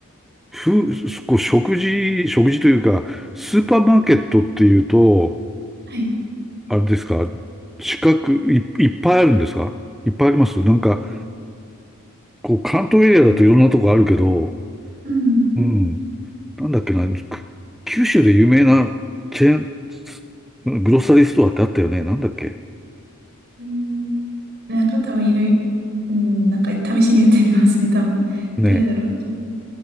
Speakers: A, in the centre; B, on the right.
A: ふ、こう食事、食事というか、スーパーマーケットっていうと、
B: はい。
A: あれですか、近く、い、いっぱいあるんですかいっぱいありますなんか、こう、関東エリアだといろんなとこあるけど、
B: うん。
A: うん。なんだっけな、く九州で有名なチェーン、グロッサリーストアってあったよね。なんだっけ
B: えーなんか多分いる、うん、なんか試しに言ってみますね、多分。
A: ね
B: どれだろう。ちょ